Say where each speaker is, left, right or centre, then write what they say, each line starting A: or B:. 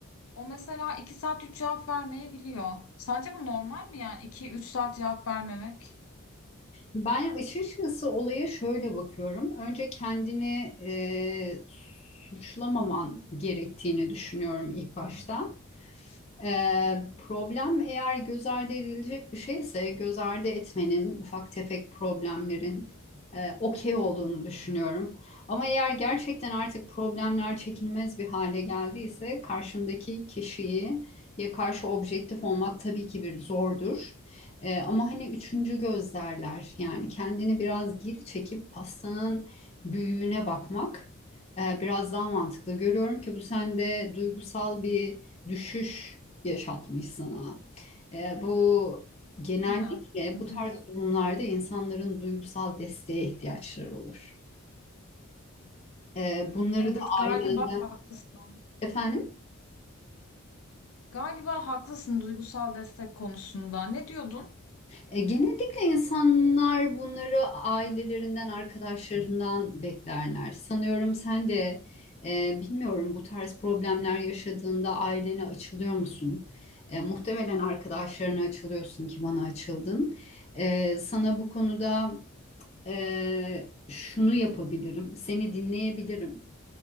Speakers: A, on the left (about 80°); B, on the left (about 30°).
A: o mesela 2 saat 3 cevap vermeyebiliyor. Sence bu normal mi yani iki üç saat cevap vermemek?
B: Ben açıkçası olaya şöyle bakıyorum. Önce kendini e, suçlamaman gerektiğini düşünüyorum ilk başta. Ee, problem eğer göz ardı edilecek bir şeyse göz ardı etmenin ufak tefek problemlerin e, okey olduğunu düşünüyorum. Ama eğer gerçekten artık problemler çekilmez bir hale geldiyse karşındaki kişiye karşı objektif olmak tabii ki bir zordur. Ee, ama hani üçüncü göz derler yani kendini biraz geri çekip pastanın büyüğüne bakmak e, biraz daha mantıklı. Görüyorum ki bu sende duygusal bir düşüş yaşatmış sana. Ee, bu genellikle
A: Değil mi? Hı
B: bu
A: hı.
B: tarz durumlarda insanların duygusal desteğe ihtiyaçları olur. Ee, bunları
A: Evet
B: da
A: galiba
B: ailenden
A: haklısın.
B: efendim.
A: Galiba haklısın duygusal destek konusunda. Ne diyordun?
B: e, genellikle insanlar bunları ailelerinden, arkadaşlarından beklerler. Sanıyorum sen de e, bilmiyorum bu tarz problemler yaşadığında ailene açılıyor musun? E, muhtemelen arkadaşlarına açılıyorsun ki bana açıldın. E, sana bu konuda Ee, şunu yapabilirim, seni dinleyebilirim.